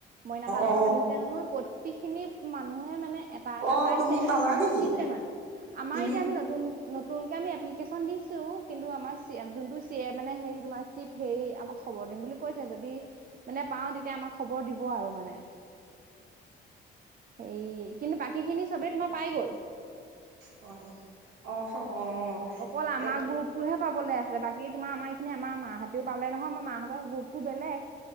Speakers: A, on the right (about 45°); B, on the right (about 80°).
A: মইনা তাঁতশাল
B: অ
A: আহিছে নহয়, প্ৰতি খিনি মানুহে মানে এটা এটা
B: অ
A: পাইছে
B: তুমি
A: মানে
B: পালা নেকি
A: গুড ছিষ্টেমাৰ আমাৰ
B: তুমি
A: এতিয়া আমি নতুন নতুনকে আমি এপ্লিকেশ্যন দি ছো কিন্তু আমাৰ চিএফ যোনটো চি এ মানে হে তোমাৰ চিপ হেৰি, আমাক খবৰ দিম বুলি কৈছে যদি মানে পাওঁ তেতিয়া আমাক খবৰ দিব আৰু মানে।
B: <inaudible>
A: সেই কিন্তু বাকী খিনি চবেই তোমাৰ পাই গল।
B: হয় অহ অ
A: অকল আমাৰ
B: এ
A: গ্ৰোপটোহে পাবলে আছে বাকী তোমাৰ আমাৰ এইখিনি আমাৰ মা হঁতেও পালে নহয় আমাৰ মাহঁতৰ গ্ৰোপটো বেলেগ।